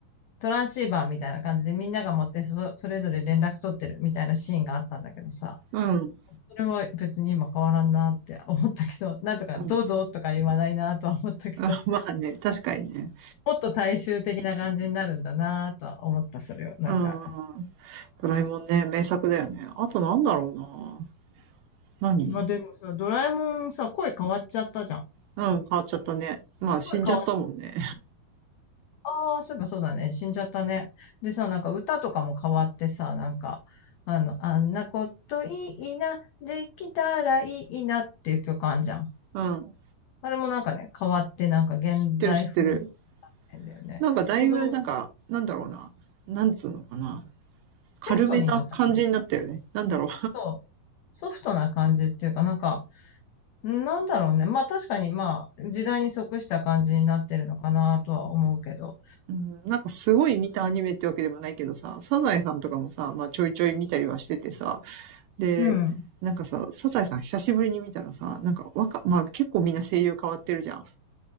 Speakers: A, on the left (about 85°); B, on the right (about 75°).
A: トランシーバーみたいな感じでみんなが持ってそ、それぞれ連絡取ってるみたいなシーンがあったんだけどさ、
B: うん。
A: それは別に今変わらんなって思ったけど、<laughs> なんとかどうぞとか言わないなとは思ったけど、
B: うん。あまあね、確かにね。
A: <laughs> もっと大衆的な感じになるんだなとは思った、それを。なんか。
B: うん。ドラえもんね、名作だよね。あとなんだろうな。何
A: まあでもさ、ドラえもんさ、声変わっちゃったじゃん。
B: うん、変わっちゃったね。まあ死んじゃったもんね。
A: 声変わっ、ああ、そういえばそうだね。死んじゃったね。でさ、なんか歌とかも変わってさ、なんか、あの、あんなこといいな、できたらいいなっていう曲あんじゃん。
B: <laughs> うん。
A: あれもなんかね、変わってなんか現代風になっ
B: 知ってる知ってる。
A: てんだよね。
B: なんかだいぶ、
A: 子供
B: なんか、なんだろうな。なんつうのかな。軽めな感じになったよね。
A: ソフトになったかな。
B: なんだろ
A: そうソフトな感じっていうか、なんか、なんだろうね。まあ確かに、まあ、時代に即した感じになってるのかなとは思うけど。
B: う、<laughs> うん。なんかすごい見たアニメってわけでもないけどさ、サザエさんとかもさ、まあちょいちょい見たりはしててさ、で、
A: うん。
B: なんかさ、サザエさん久しぶりに見たらさ、なんか若、まあ結構みんな声優変わってるじゃん。